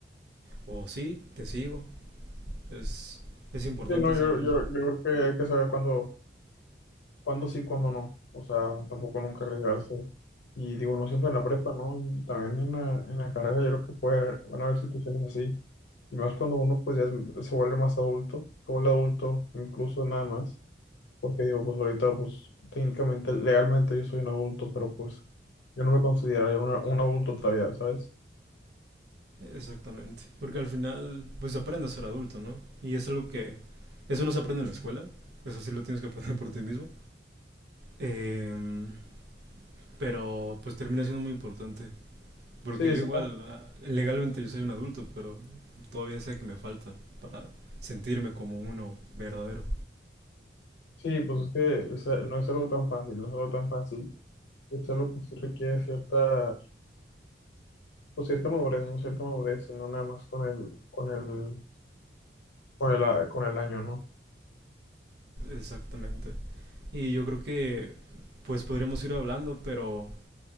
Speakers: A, on the right; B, on the left.
A: o sí, te sigo. Es, es importante
B: Sí, no,
A: saber
B: yo, yo,
A: eso.
B: yo creo que hay que saber cuándo cuándo sí, cuándo no. O sea, tampoco nunca arriesgarse. Y digo, no siempre en la prepa, ¿no? Y también en la, en la carrera yo creo que puede, van a haber situaciones así. Y más cuando uno pues ya es- se vuelve más adulto, se vuelve adulto incluso nada más. Porque digo, pues ahorita pues técnicamente, legalmente yo soy un adulto, pero pues yo no me consideraría una- un adulto todavía, ¿sabes?
A: Exactamente. Porque al final, pues aprende a ser adulto, ¿no? Y es algo que, eso no se aprende en la escuela, eso sí lo tienes que aprender <laughs> por ti mismo. Em, pero pues termina siendo muy importante. Porque
B: Sí,
A: yo
B: sí,
A: igual, ah, legalmente yo soy un adulto, pero todavía sé que me falta para sentirme como uno verdadero.
B: sí, pues es que o sea, no es algo tan fácil, no es algo tan fácil. Es algo que sí requiere cierta pues cierta madurez, ¿no? Cierta madurez, sino nada más con el, con el, con el, a- con el año, ¿no?
A: Exactamente. Y yo creo que pues podríamos ir hablando, pero